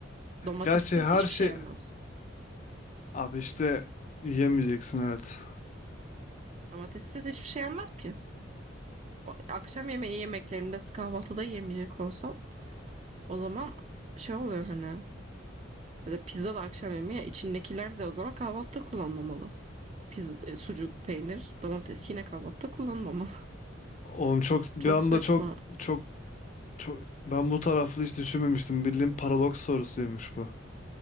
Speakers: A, on the right; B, on the left.
A: domatessiz
B: Gerçi her
A: hiçbir
B: şey
A: şey yenmez.
B: abi işte yiyemeyeceksin evet.
A: Domatessiz hiçbir şey yenmez ki. o- akşam yemeği yemeklerinde kahvaltıda yemeyecek olsam o zaman şey oluyor hani ya da pizza da akşam yemeği içindekiler de o zaman kahvaltıda kullanmamalı. Piz, e, sucuk, peynir, domates yine kahvaltıda kullanmamalı.
B: Oğlum çok
A: <laughs>
B: bir
A: Çok
B: anda
A: saçma.
B: çok çok çok ben bu taraflı hiç düşünmemiştim. Bildiğin paradoks sorusuymuş bu.